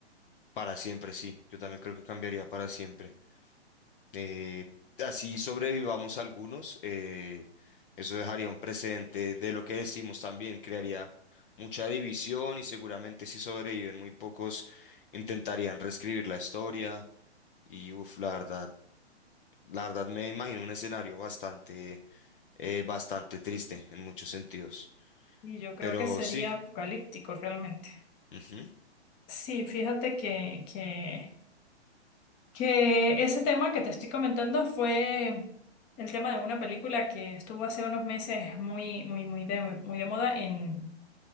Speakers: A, on the left (about 50°); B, on the left (about 25°).
A: Para siempre, sí. Yo también creo que cambiaría para siempre. Eh, así sobrevivamos algunos. eh, eso dejaría un precedente de lo que decimos también, crearía mucha división y seguramente si sobreviven muy pocos intentarían reescribir la historia. Y uff, la verdad, la verdad me imagino un escenario bastante, eh, bastante triste en muchos sentidos.
B: Y yo creo
A: Pero
B: que sería
A: sí,
B: apocalíptico realmente.
A: ujú.
B: Sí, fíjate que, que que ese tema que te estoy comentando fue el tema de una película que estuvo hace unos meses muy, muy, muy de, muy de moda en